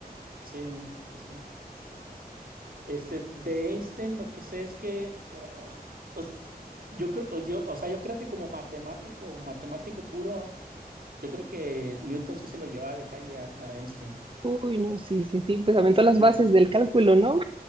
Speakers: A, on the right; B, on the right.
A: Sí, sí, sí. Este, de Einstein lo que sé es que ah, os- yo creo, o yo, o sea, yo creo que como matemático, o matemático puro, yo creo que Newton sí se lo llevaba de calle a, a Einstein.
B: Uy, no, sí, sí, sí, pues aventó
A: Este,
B: las bases del cálculo, ¿no?